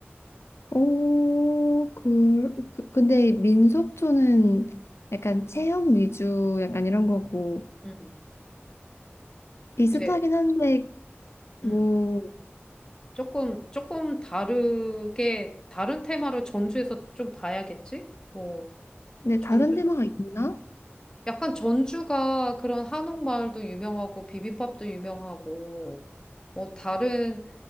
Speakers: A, on the left (about 80°); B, on the left (about 20°).
A: 오, 그, 그 근데 민속촌은 약간 체험 위주 약간 이런 거고
B: 음.
A: 비슷하긴
B: 제
A: 한데 뭐
B: 음. 조금, 조금 다르게, 다른 테마로 전주에서 좀 봐야겠지? 뭐,
A: 근데
B: 전주,
A: 다른 테마가 있나?
B: 약간 전주가 그런 한옥마을도 유명하고, 비빔밥도 유명하고, 뭐, 다른,